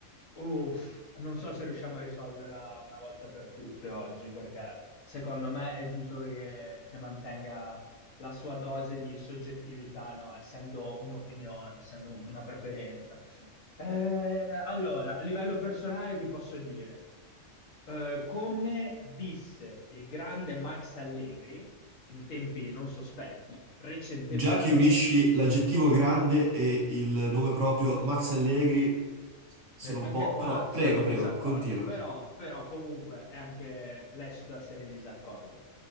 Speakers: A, on the left; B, on the right.
A: Uff, non so se riusciamo a risolverla una volta per tutte oggi, perché secondo me è giusto che, che mantenga la sua dose di soggettività, no? Essendo un'opinione, essendo una preferenza. Eh, allora, a livello personale ti posso dire, eh, come disse il grande Max Allegri in tempi non sospetti recentemente,
B: Già che unisci l'aggettivo grande e il nome proprio Max Allegri, sono
A: Vedi,
B: un
A: anche
B: po'...
A: qua
B: Però
A: siamo
B: prego,
A: in
B: prego,
A: disaccordo,
B: continua.
A: però, però comunque è anche lecito essere in disaccordo.